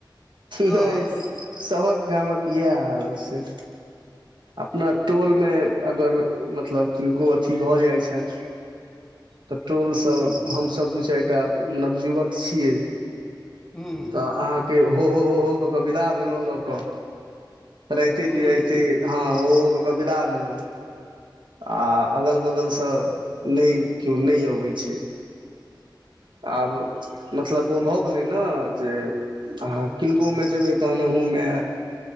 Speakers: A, in the centre; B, on the right.
A: हँ
B: नै सबहक गामक इएह हाल छै। अपना टोल मे अगर मतलब, किनको अथी भऽ जाइ छैन
A: <inaudible>
B: तऽ टोलसँ
A: हूं
B: हमसब दू- चारि टा नवजुवक छियै।
A: हूं।
B: तऽ अहाँके हो- हो -हो -हो कऽ के विदा भेलहु लऽ कऽ, राइते
A: हूं
B: बिराइते।
A: हूं
B: हँ हो- हो कऽ के विदा भेलहुं। आ अगल बगल सऽ नै कीयो नै अबै छै। आब मतलब ओ भऽ गेलै ने जे अहाँ किनको में जेबै, तहन अहूँमे आयत।